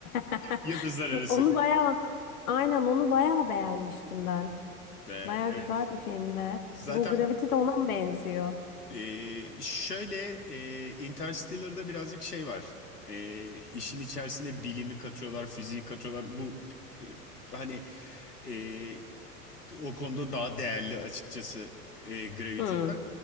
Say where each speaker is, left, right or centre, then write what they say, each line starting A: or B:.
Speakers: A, on the left; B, on the left.
A: <laughs>
B: Yıldızlar Arası.
A: Onu bayağı aynen onu bayağı beğenmiştim ben.
B: Ve
A: Baya
B: Evet.
A: güzel bir filmde.
B: Zaten
A: Bu Gravity de ona mı benziyor?
B: e, şöyle e, Interstellar'da birazcık şey var. E, işin içerisine bilimi katıyorlar, fiziği katıyorlar. Bu e, hani e, o konuda daha değerli açıkçası e, Gravity'den.
A: Hmm.